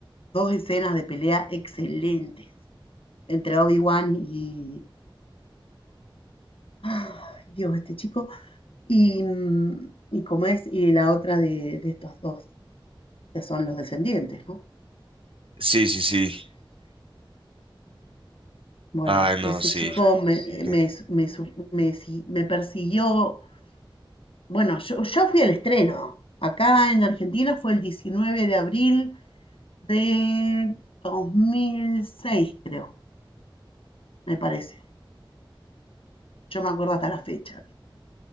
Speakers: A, on the left; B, on the right.
A: dos escenas de pelea excelentes entre Obi-Wan y... Ay, Dios, este chico. Y, mm, y como es, y la otra de, de estos dos, que son los descendientes, ¿no?
B: Sí, sí, sí.
A: Bueno,
B: Ay, no,
A: ese
B: sí.
A: chico me,
B: Ok.
A: me, me su- me si- me persiguió. Bueno, yo, yo fui al estreno. Acá en Argentina fue el 19 de abril de 2006, creo, me parece. Yo me acuerdo hasta la fecha.